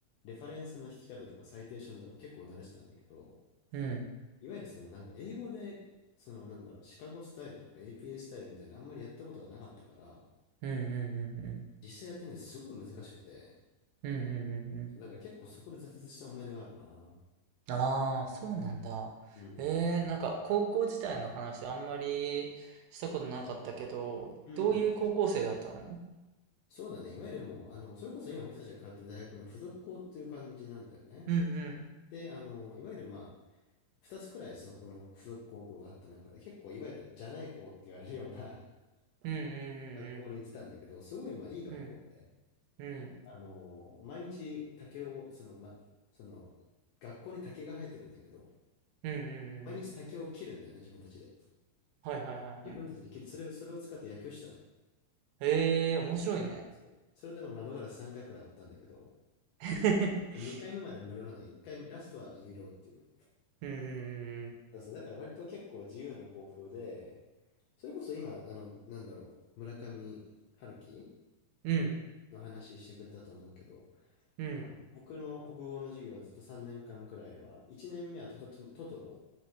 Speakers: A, on the left; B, on the right.
A: レファレンスの引き方とかサイテーションとか結構慣れてたんだけど、
B: うん、
A: いわゆるそのなんか英語で、そのなんだろう、シカゴスタイルとか APA スタイルみたいなあんまりやったことがなかったから、
B: うんうんうんうん、
A: 実際やってみてすごい難しくて、
B: うんうんうんうん。
A: だから結構そこで挫折した思い出があるな。
B: ああ、そうなんだ。
A: うん。
B: えー、なんか高校時代の話あんまりしたことなかったけど、
A: うんうん。
B: どういう高校生だったの
A: そうだね。いわゆるもう、あの、それこそ今僕たちが通ってる大学の付属校っていう感じなんだよね。
B: うんうん。
A: で、あの、いわゆるまあ、二つくらいそこの付属高校があった中で、結構いわゆるじゃない方って言われるような
B: うんうん
A: <laughs> 学校に行ってたんだけど、すごいまあいい学校で、
B: うんうん。うん
A: あの、毎日竹を、その、ま、その、学校に竹が生えてるんだけど、
B: うんうんうんうんうんうん。
A: 毎日竹を切るんだよね、自分たちで。
B: はいはいはいはい。
A: 自分たちで切って、それを、それを使って野球してたのよ。
B: ええー、面白いね。
A: そう。それでも窓ガラス3回くらい割ったんだけど、
B: <laughs>
A: 2回目まで無料なんだけど、1回目、ラストは有料っていう。
B: うんうん
A: だそう、だから割と結構自由な校風で、それこそ今、あの、なんだろう、村上春樹
B: うんうん。
A: の話してくれたと思うけど、
B: うんうん。
A: あの、僕の国語の授業はずっと3年間くらいは、1年目はトト、トトトロ、